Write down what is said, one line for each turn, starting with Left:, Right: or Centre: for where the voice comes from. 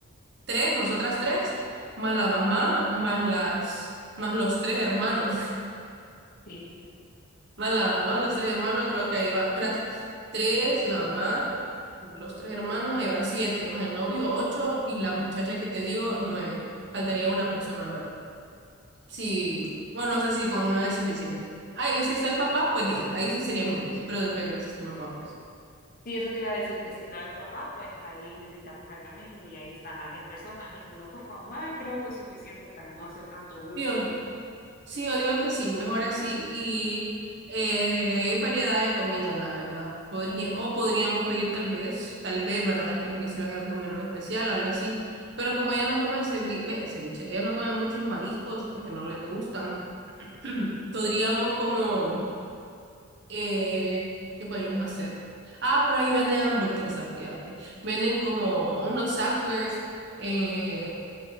Right: tres, nosotras tres, más la mamá, más las, más los tres hermanos.
Left: sí.
Right: Van la mamá, los tres hermanos, y creo que ahí va, espérate, tres, la mamá, los tres hermanos, ahí van siete, más el novio, ocho, y la muchacha que te digo, nueve. Faltaría una persona más. Sí, bueno, no sé si con nueve es suficiente. Ah, y si está el papá, pues diez. Ahí sí seríamos diez, pero depende si está el papá, pues.
Left: Sí, eso te iba a decir que si estaba el papá, pues ahí lo invitamos al también y ahí están las 10 personas y si no, pues con 9 creo que es suficiente para no hacer tanto bulto.
Right: Digo, Sí, yo digo que sí, mejor así. Y eh, ahí hay variedad de comida, la verdad. Podría, o podríamos pedir tal vez, tal vez, ¿verdad? Que nos hicieran algún menú especial o algo así. Pero como ella no come cevi- ve, ceviche, ella no come muchos mariscos porque no le gustan, <clears throat> podríamos como, eh, ¿qué podríamos hacer? Ah, pero ahí venden hamburguesas, fíjate. Venden como unos samplers eh,